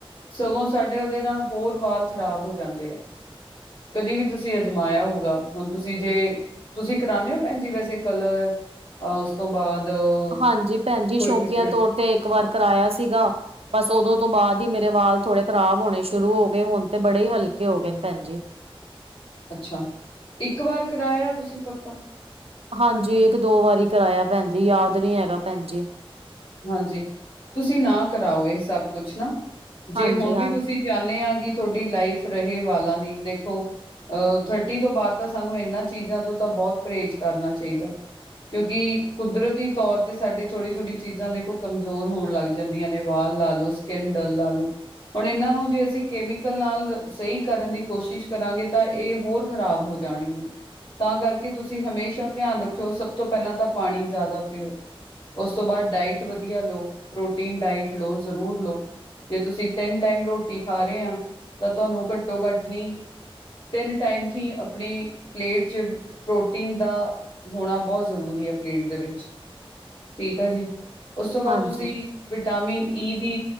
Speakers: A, on the left (about 55°); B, on the right (about 80°).
A: ਸਗੋਂ ਸਾਡੇ ਉਹਦੇ ਨਾਲ ਹੋਰ ਵਾਲ ਖ਼ਰਾਬ ਹੋ ਜਾਂਦੇ ਆ ਕਦੀ ਵੀ ਤੁਸੀਂ ਅਜਮਾਇਆ ਹੋਊਗਾ ਹੁਣ ਤੁਸੀਂ ਜੇ ਤੁਸੀਂ ਕਰਾਉਂਦੇ ਹੋ ਭੈਣ ਜੀ ਵੈਸੇ ਕਲਰ ਉਸ ਤੋਂ ਬਾਅਦ
B: ਹਾਂਜੀ ਭੈਣ
A: ਕੋਈ
B: ਜੀ ਸ਼ੌਕੀਆ
A: ਟਰੀਟਮੈਂਟ
B: ਤੌਰ ਤੇ ਇੱਕ ਵਾਰ ਕਰਾਇਆ ਸੀਗਾ ਬਸ ਉਦੋਂ ਤੋਂ ਬਾਅਦ ਹੀ ਮੇਰੇ ਵਾਲ ਥੋੜੇ ਖ਼ਰਾਬ ਹੋਣੇ ਸ਼ੁਰੂ ਹੋ ਗਏ ਹੁਣ ਤੇ ਬੜੇ ਹੀ ਹਲਕੇ ਹੋ ਗਏ ਨੇ ਭੈਣ ਜੀ
A: ਅੱਛਾ ਇੱਕ ਵਾਰ ਕਰਾਇਆ ਤੁਸੀਂ ਪੱਕਾ
B: ਹਾਂਜੀ ਇੱਕ ਦੋ ਵਾਰੀ ਕਰਾਇਆ ਭੈਣ ਜੀ ਯਾਦ ਨੀ ਹੈਗਾ ਭੈਣ ਜੀ
A: ਹਾਂਜੀ ਤੁਸੀਂ ਨਾ ਕਰਾਓ ਇਹ ਸਭ ਕੁਛ ਨਾ ਜੇ
B: ਹਾਂਜੀ
A: ਹੁਣ
B: ਹਾਂ
A: ਵੀ ਤੁਸੀਂ ਚਾਹਣੇ ਹਾਂ ਕਿ ਤੁਹਾਡੀ ਲਾਈਫ ਰਹੇ ਵਾਲਾਂ ਦੀ ਦੇਖੋ। ਅ ਥਰਟੀ ਤੋਂ ਬਾਅਦ ਤਾਂ ਸਾਨੂੰ ਇਹਨਾਂ ਚੀਜ਼ਾਂ ਤੋਂ ਤਾਂ ਬਹੁਤ ਪਰਹੇਜ਼ ਕਰਨਾ ਚਾਹੀਦਾ। ਕਿਉਂਕਿ ਕੁਦਰਤੀ ਤੌਰ ਤੇ ਸਾਡੀ ਥੋੜੀ -ਥੋੜੀ ਚੀਜ਼ਾਂ ਦੇਖੋ ਕਮਜ਼ੋਰ ਹੋਣ ਲੱਗ ਜਾਂਦੀਆਂ ਨੇ ਵਾਲਾਹ ਲਾ ਲਓ ਸਕਿਨ ਡੱਲ ਲਾ ਲਓ। ਹੁਣ ਇਹਨਾਂ ਨੂੰ ਜੇ ਅਸੀਂ ਕੈਮੀਕਲ ਨਾਲ ਸਹੀ ਕਰਨ ਦੀ ਕੋਸ਼ਿਸ਼ ਕਰਾਂਗੇ ਤਾਂ ਇਹ ਹੋਰ ਖ਼ਰਾਬ ਹੋ ਜਾਣਗੀਆਂ। ਤਾਂ ਕਰਕੇ ਤੁਸੀਂ ਹਮੇਸ਼ਾ ਧਿਆਨ ਰੱਖਿਓ ਸਭ ਤੋਂ ਪਹਿਲਾਂ ਤਾਂ ਪਾਣੀ ਜ਼ਿਆਦਾ ਪੀਓ। ਉਸ ਤੋ ਬਾਦ ਡਾਇਟ ਵਧੀਆ ਲਓ ਪ੍ਰੋਟੀਨ ਡਾਇਟ ਲਓ ਜ਼ਰੂਰ ਲਓ। ਜੇ ਤੁਸੀਂ ਤਿੰਨ ਟਾਈਮ ਰੋਟੀ ਖਾ ਰਹੇ ਆ ਤਾਂ ਤੁਹਾਨੂੰ ਘੱਟੋ ਘੱਟ ਨੀ ਤਿੰਨ ਟਾਈਮ ਹੀ ਆਪਣੀ ਪਲੇਟ 'ਚ ਪ੍ਰੋਟੀਨ ਦਾ ਹੋਣਾ ਬਹੁਤ ਜ਼ਰੂਰੀ ਹੈ ਪਲੇਟ ਦੇ ਵਿੱਚ ਠੀਕ ਆ ਜੀ ਉਸ ਤੋਂ ਬਾਅਦ
B: ਹਾਂਜੀ
A: ਤੁਸੀਂ ਵਿਟਾਮਿਨ ਈ ਦੀ